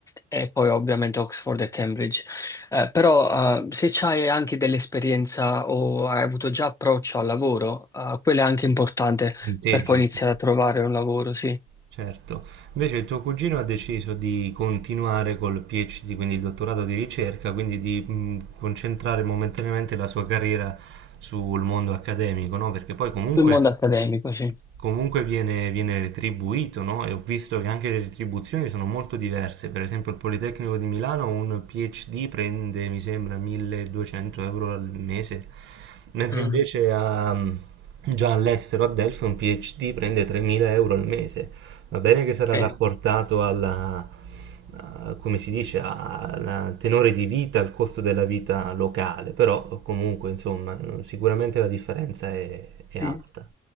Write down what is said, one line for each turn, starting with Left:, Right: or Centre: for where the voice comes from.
Left: e poi ovviamente Oxford e Cambridge. Eh, però eh, se c'hai anche dell'esperienza o hai avuto già approccio al lavoro, eh, quello è anche importante
Right: Punteggio,
Left: per poi iniziare
Right: sì.
Left: a trovare un lavoro, sì.
Right: Certo, invece il tuo cugino ha deciso di continuare col PhD, quindi il dottorato di ricerca, quindi di mh, concentrare momentaneamente la sua carriera sul mondo accademico, no? Perché poi comunque,
Left: Sul mondo accademico, sì.
Right: comunque viene, viene retribuito, no? E ho visto che anche le retribuzioni sono molto diverse. Per esempio, il Politecnico di Milano un PhD prende, mi sembra, 1200 euro al mese, mentre
Left: Mm,
Right: invece a, mm, già all'estero a Delphi un PhD prende 3000 euro al mese. Va bene che sarà
Left: sì,
Right: rapportato alla, a- come si dice, alla- al tenore di vita, al costo della vita locale, però comunque, insomma, mm, sicuramente la differenza è,
Left: sì.
Right: è alta.